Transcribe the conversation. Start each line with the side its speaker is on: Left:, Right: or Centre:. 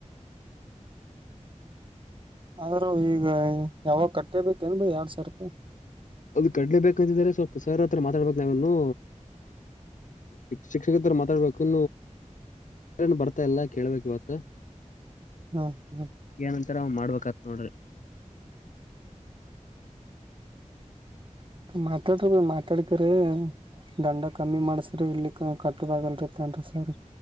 Right: ಆದ್ರೂ ಈಗ ಯಾವಾಗ ಕಟ್ಟೇಬೇಕೇನ್ ಭೈ ಎರಡ್ ಸಾವಿರ ರೂಪಾಯಿ
Left: ಅದು ಕಟ್ಲೆಬೇಕಂತಿದ್ರೆ ಸ್ವಲ್ಪ ಸರ್ ಹತ್ರ ಮಾತಾಡ್ಬೇಕ್ ನಾವ ಇನ್ನು ಶಿಕ್ಷಕತ್ರ ಕೇಳ್ಬೇಕು ನಮ್ಗ್ ಬರ್ತಾ ಇಲ್ಲಾ ಕೇಳ್ಬೇಕು ಇವತ್ತು
Right: ಹ್ಮ್ ಹ್ಮ್
Left: ಏನಂತಾರ ಮಾಡ್ಬೇಕತ್ ನೋಡ್ರಿ
Right: ಮಾತಾಡ್ರಿ ಭೈ ಮಾತಾಡ್ಕ್ರ ದಂಡ ಕಮ್ಮಿ ಮಾಡಸ್ರಿ ಇಲ್ಲಿ ಕಟ್ಟೋದಗಲ್ರಿ ಸರಿ